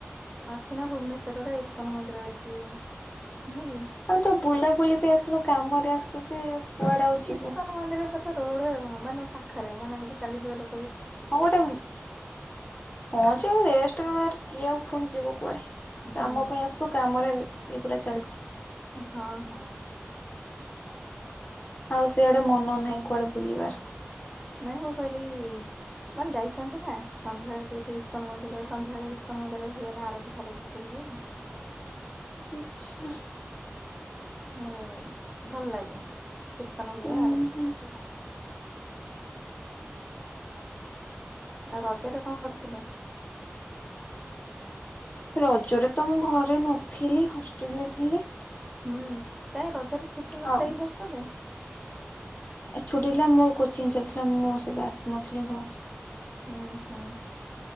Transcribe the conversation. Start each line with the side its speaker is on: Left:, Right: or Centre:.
Centre: ଅଛି ନା ଭୁବନେଶ୍ଵରରେ ଇସ୍କନ ମନ୍ଦିର ଅଛି ନୁହଁ କି?
Left: ଆମେ ତ ବୁଲାବୁଲି ପି ଆସୁନୁ କାମରେ ଆସୁଚି କୁଆଡେ ଆଉ ଯିବୁ।
Centre: ଇସ୍କନ ମନ୍ଦିରଟା ତ ରୋଡ ମାନେ ପାଖରେ ମାନେ ଗୋଟେ ଚାଲିଯିବା ଲୋ
Left: ହଉ ଗୋଟେ ହଁ ଯେ ରେଷ୍ଟ କିଏ ଆଉ ଫୁଣି ଯିବ କୁଆଡେ?
Centre: ହୁଁ
Left: କାମ ପାଇଁ ଆସୁ କାମରେ ଇଏ ପୁରା ଚାଲିଚି।
Centre: ହଁ ହଁ।
Left: ଆଉ ସିଆଡେ ମନ ନାହିଁ କୁଆଡେ ବୁଲିବାର।
Centre: ନାଇଁ ମୁଁ କହିଲି ମାନେ ଯାଇଚନ୍ତି ନା ସନ୍ଧ୍ୟାବେଳେ ଟିକେ ଟିକେ ଇସ୍କନ ମନ୍ଦିର ସନ୍ଧ୍ୟାବେଳେ ଇସ୍କନ ମନ୍ଦିର ହୁଏ ନା ଆରତୀ ଫାରତୀ ସବୁ ହୁଏ।
Left: ଆଚ୍ଛା।
Centre: ମୋର ଭଲ ଲାଗେ କୀର୍ତ୍ତନ ହୁଏ
Left: ଉଁ
Centre: ଆରତୀ
Left: ହୁଁ
Centre: ସବୁ ଭଲ ଲାଗେ। ଆଉ ରଜ ରେ କଣ କରିଥିଲେ?
Left: ରଜରେ ତ ମୁଁ ଘରେ ନଥିଲି ହଷ୍ଟେଲରେ ଥିଲି।
Centre: ହୁଁ କାଇଁ ରଜରେ ଛୁଟି ନଥିଲା
Left: ଆଉ
Centre: କି ହଷ୍ଟେଲରେ?
Left: ଛୁଟିଥିଲା ମୋର କୋଚିଂ ଚାଲିଥିଲା ମୁଁ ସେବେ ଆସିନଥିଲି।
Centre: ହୁଁ ହୁଁ।